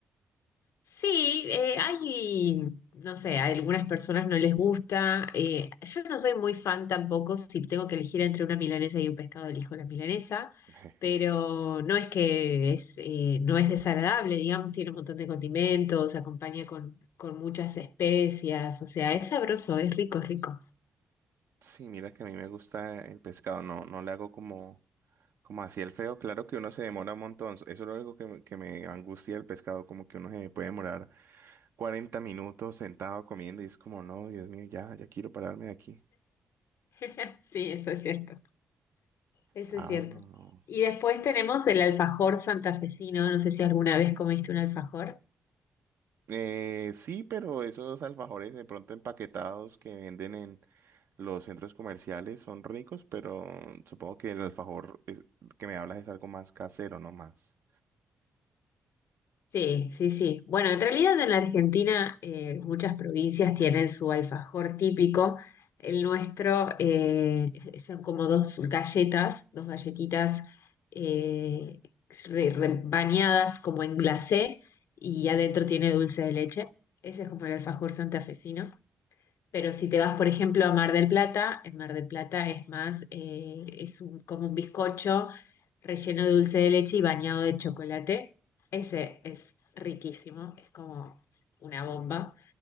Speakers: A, on the left (about 80°); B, on the right (about 60°).
A: Sí, eh, hay, no sé, a algunas personas no les gusta. eh, yo no soy muy fan tampoco si tengo que elegir entre una milanesa y un pescado, elijo la milanesa,
B: <laughs>
A: pero no es que es, eh, no es desagradable, digamos, tiene un montón de condimentos, acompaña con, con muchas especias, o sea, es sabroso, es rico, es rico.
B: Sí, mira que a mí me gusta el pescado, no, no le hago como, como así el feo. Claro que uno se demora un montón, eso es lo único que, me- que me angustia el pescado, como que uno se puede demorar 40 minutos sentado comiendo y es como, no, Dios mío, ya, ya quiero pararme de aquí.
A: <laughs> Sí, eso es cierto, eso
B: Ah,
A: es cierto.
B: no, no.
A: Y después tenemos el alfajor santafesino, no sé si alguna vez comiste un alfajor.
B: Eh, sí, pero esos alfajores de pronto empaquetados que venden en los centros comerciales son ricos, pero supongo que el alfajor es- que me hablas es algo más casero, no más.
A: Sí, sí, sí. Bueno, en realidad en la Argentina eh, muchas provincias tienen su alfajor típico. El nuestro eh, son como dos galletas, dos galletitas eh, re- re- bañadas como en glacé y adentro tiene dulce de leche. Ese es como el alfajor santafesino. Pero si te vas, por ejemplo, a Mar del Plata, en Mar del Plata es más, eh, es un- como un bizcocho relleno de dulce de leche y bañado de chocolate. Ese es riquísimo, es como una bomba.